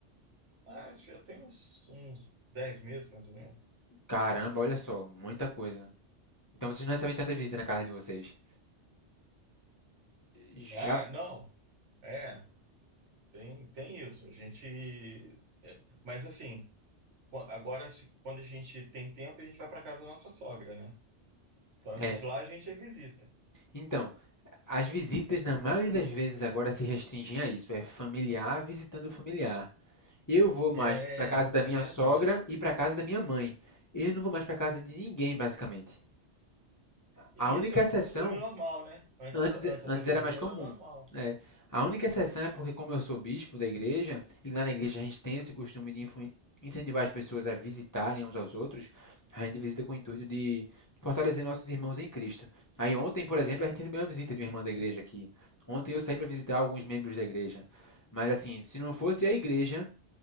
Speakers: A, on the right (about 80°); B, on the left (about 25°).
A: Ah, acho que já tem uns, uns 10 meses, mais ou menos.
B: Caramba, olha só, muita coisa. Então vocês não recebem tanta visita na casa de vocês. Já
A: Ah, não. É, tem, tem isso. A gente. é, mas assim, qu- agora, se- quando a gente tem tempo, a gente vai para casa da nossa sogra, né? Então a
B: é.
A: gente lá a gente é visita.
B: Então, as visitas na maioria das vezes agora se restringem a isso, é familiar visitando familiar. Eu vou mais
A: É,
B: para casa da
A: é
B: minha
A: verdade.
B: sogra e para casa da minha mãe. Eu não vou mais para casa de ninguém, basicamente.
A: E
B: A única
A: esse era
B: exceção
A: um costume normal, né? Antes,
B: Antes,
A: era, antes da
B: antes
A: pandemia
B: era mais comum,
A: era normal.
B: né? A única exceção é porque, como eu sou bispo da igreja, e lá na igreja a gente tem esse costume de influ- incentivar as pessoas a visitarem uns aos outros, a gente visita com o intuito de fortalecer nossos irmãos em Cristo. Aí ontem, por exemplo, a gente recebeu uma visita de uma irmã da igreja aqui. Ontem eu saí para visitar alguns membros da igreja. Mas assim, se não fosse a igreja,